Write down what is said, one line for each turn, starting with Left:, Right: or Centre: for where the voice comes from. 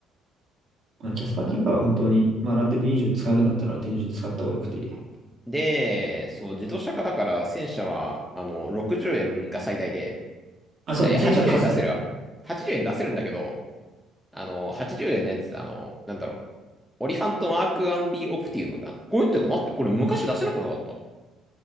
Right: まあ、キャスパー結果は本当に、
Centre: う。あ
Right: まあラテル20使えるんだったらラテル20使った方がよくて。
Centre: で、そう、自動車化だから戦車は、あの、60円が最大で、
Right: あ、そうね。
Centre: いやいや、
Right: 戦車カスだね。
Centre: 80円出せるわ。80円出せるんだけど、あの、80円のやつ、あの、なんだろう。オリファントマーク 1B オプティウムか。これってかなって、これ昔出せなくなかった